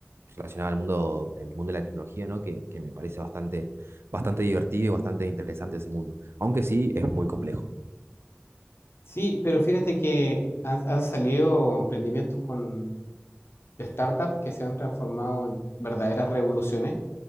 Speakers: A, on the right (about 70°); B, on the left (about 70°).
A: relacionada al mundo, el mundo de la tecnología, ¿no? Que, que me parece bastante, bastante divertido y bastante interesante ese mundo, aunque sí es muy complejo.
B: Sí, pero fíjate que han, han salido emprendimientos con de startup que se han transformado en verdaderas revoluciones.